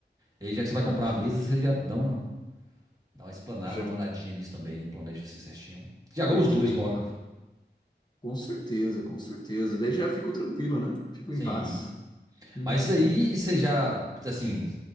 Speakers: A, on the right; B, on the left.
A: E aí, já que você vai
B: nossa.
A: comprar a mesa, você já dá uma, dá uma explanada,
B: Já,
A: dá uma olhadinha nisso também, né? planeja assim certinho. Já
B: oh,
A: compra os
B: que
A: dois
B: legal.
A: logo.
B: Com certeza, com certeza. Daí já fico tranquilo, né? Fico
A: Sim.
B: em paz. Uhum.
A: Mas isso aí você já, assim,